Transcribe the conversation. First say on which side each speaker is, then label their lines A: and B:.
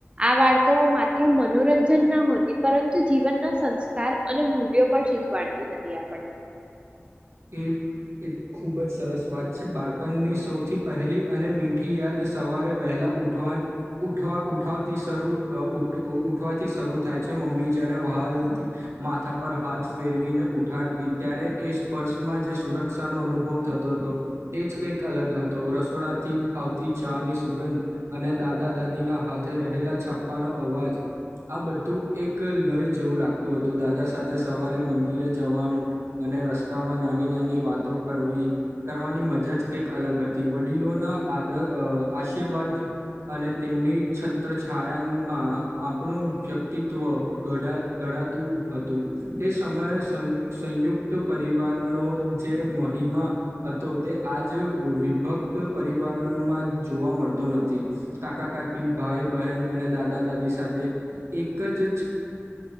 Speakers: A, on the right; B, on the right.
A: આ વાર્તાઓ માત્ર મનોરંજન ના હોતી પરંતુ જીવનના સંસ્કાર સાર અને મૂલ્યો પણ શીખવાડતી હતી આપણને
B: એ ખૂબ જ સરસ વાત છે. બાળપણની સૌથી પહેલી અને મીઠી યાદ સવારે વહેલા ઉઠવાથી શરૂ થાય છે. મમ્મી જયારે વ્હાલ માથા પર હાથ ફેરવીને ઉઠાડતી ત્યારે, એ પર્સમાં જે સુરક્ષાનો અનુભવ થતો હતો તે જ કંઈક અલગ હતો. રસોડાથી આવતી ચાની સુગંધ અને દાદા દાદીના હાથે રહેલા છપ્પાનો અવાજ આ બધું એક લય જેવું લાગતું હતું. દાદા સાથે સવારે મંદિરે જવાનું અને રસ્તા માં નાની નાની વાતો કરવાની મજા જ કંઈક અલગ હતી. વડીલોના આશીર્વાદ અને તેમની છત્રછાયામાં આપણું વ્યક્તિત્વ ઘડાતું હતું તે સમયે સંયુક્ત પરિવારનો જે મહિમા હતો તે આજ વિભક્ત પરિવારમાં જોવા મળતો નથી. કાકા-કાકી, ભાઈ-બહેન અને દાદા-દાદી સાથે એક જ